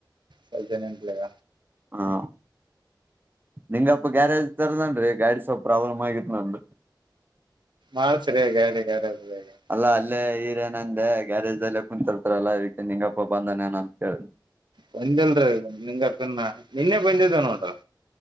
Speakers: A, on the right; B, on the right.
A: ಪೈಸ ನಿೆಂಟಲೆಗ.
B: ಹಾ ನಿಂಗಪ್ಪ ಗ್ಯಾರೇಜ್ ತರದೇನ ಗಾಡಿ ಸ್ವಲ್ಪ್ ಪ್ರಾಬ್ಲಮ್ ಆಗಿತ್ ನನ್ರಿ.
A: ಮಾಡ್ಸ್ರಿ ಗಾಡಿ ಗ್ಯಾರೇಜ್ದಾಗ
B: ಅಲ್ಲ ಅಲ್ಲೇ ಹೀರೇನಂದೆ ಗ್ಯಾರೇಜ್ ಅಲ್ಲ. ಕು ತರ್ತರಲ್ಲಕ್ಕೆ ನಿಂಗಪ್ಪ ಬಂದಾನ ಏನೋ ಅನ್ ಕೇಳಿ.
A: ಬಂದಲ್ರೀ ನಿನ್ ಅರ್ತನ ನಿನ್ನೆ ಬಂದಿದ್ದ ನೋಡ್ರಿ.